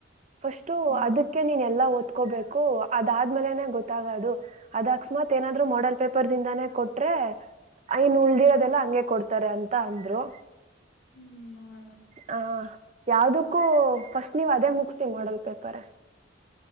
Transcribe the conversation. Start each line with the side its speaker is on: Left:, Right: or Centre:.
Right: ಫಸ್ಟು
Left: ಹ್ಮ್
Right: ಅದಕ್ಕೆ ನೀನೆ ಎಲ್ಲ ಓದ್ ಕುತ್ಕೋಬೇಕು ಅದಾದ್ಮೇಲೆನೆ ಗೊತ್ತಾಗದು ಅದ ಅಕಸ್ಮತ್ ಏನಾದ್ರು ಮಾಡಲ್ ಪೇಪರ್ಸ್ ಇಂದಾನೇ ಕೊಟ್ರೆ ಐನ್ ಉಳ್ದಿರೋದೆಲ್ಲಾ ಹಂಗೆ ಕೊಡ್ತಾರೆ ಅಂತ ಅಂದ್ರು.
Left: ಹ್ಮ್ ನೋಡೋಣ
Right: ಹ ಯಾವ್ದಕ್ಕೂ ಫಸ್ಟ್ ನೀವ್ ಅದೇ ಮುಗಸಿ ಮಾಡಲ್ ಪೇಪರ್.